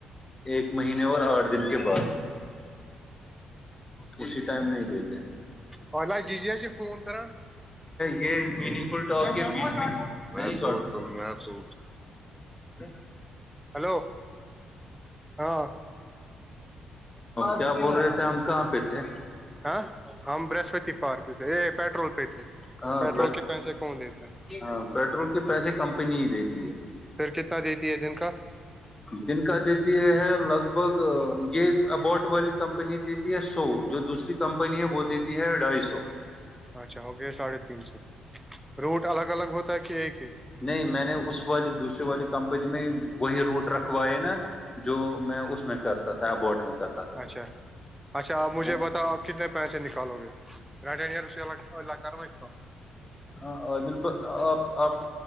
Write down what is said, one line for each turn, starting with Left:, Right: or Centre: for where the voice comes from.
Left: ایک مہینے اور آٹھ دن کے بعد اسی ٹائم نہیں دیتے
Centre: فلہ ججی سے فون کر
Left: یہ میننگ فل ٹاک کے بیچ میں
Centre: میں
Left: نہیں
Centre: سوٹ
Left: ہ
Centre: تل میں سوٹ
Left: <inaudible>
Centre: ہلو ہاں
Left: کیا بول رہے تھے ہم کہاں پہ تھے
Centre: ہاں ہم برہسپتی پارک پہ تھے یہ پیٹرول پہ تھے
Left: ہاں
Centre: پیٹرول کے پیسے کون دیتے ہیں
Left: ہاں پیٹرول کے پیسے کمپنی ہی دیتی ہے
Centre: پھر کتنا دیتی ہے دن کا
Left: جن کا دیتی یہ ہے لگ بھگ یہ ابوٹ والی کمپنی دی سو جو دوسری کمپنی ہے وہ دیتی ہے ڈھائی سو
Centre: اچھا ہو گیا ساڑھے تین سو روٹ الگ الگ ہوتا ہے کہ ایک ہی
Left: نہیں میں نے اس والی دوسریے والی کمپنی میں وہی روٹ رکھوائے نا جو میں اس میں کرتا تھا ابوٹ میں کرتا تھا
Centre: اچھا اچھا آپ مجھے
Left: وہ
Centre: بتاؤ آپ کتنے پیسے نکالو گے رٹ ہی اس سلہ الہ کرارو تو
Left: ہاں عادل آپ آپ